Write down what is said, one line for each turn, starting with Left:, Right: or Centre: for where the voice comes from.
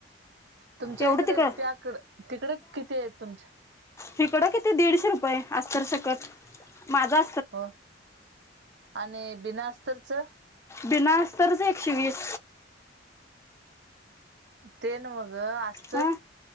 Right: तुमच्या
Left: एवढं
Right: इकडे
Left: तिकडं
Right: त्याकड तिकडे किती आहेत तुमच्या
Left: हिकडं किती दीडशे रुपये असत सकट माझा
Right: हो आणि बिना असतंरच
Left: बिना असतच एकशे वीस
Right: तेन मग अस
Left: हा